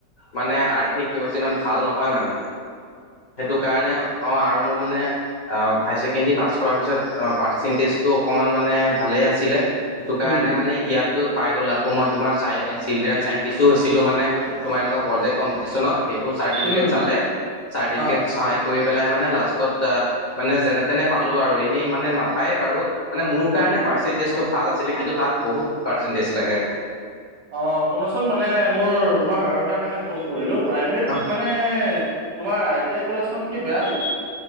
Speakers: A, on the left; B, on the right.
A: মানে আৰ্থিক ব্যৱস্থা ইমান ভাল নহয় মানে, সেইটো কাৰণে অ, আৰু মোৰ মানে অ হাই ছেকেণ্ডেৰী পাছ কৰাৰ পিছত অ পাৰ্চেন্টেজটো অকণমান মানে ভালেই আছিলে সেইটো কাৰণে
B: উম
A: মানে ইয়াতো পাই গলো আ ক মই তোমাৰ চাই -চিলড্ৰেন চাইণ্টিষ্ট হৈছিলো মানে তোমাৰ এনেকুৱা প্ৰজেক্ট কম্পিটিচনত। সেইবোৰ চাৰ্টিফিকেট
B: উম
A: চালে, চাৰ্টিফিকেট
B: অ
A: চাই কৰি পেলাই মানে লাষ্টত মানে যেনে -তেনে পালো আৰু এনেই মানে নাপায় বাৰু মানে মোৰ
B: উম
A: কাৰণে পাৰ্চেন্টেজটো ভাল আছিলে, কিন্তু তাত বহুত পাৰ্চেন্টেজ লাগে।
B: অ শুনাচোন, মানে মোৰ তোমাক আৰু এটাৰ কাৰণে ফোন কৰিলো প্ৰাইভেট
A: অ
B: মানে, তোমাৰ আই টি আই কলেজখন কি বেয়া নেকি?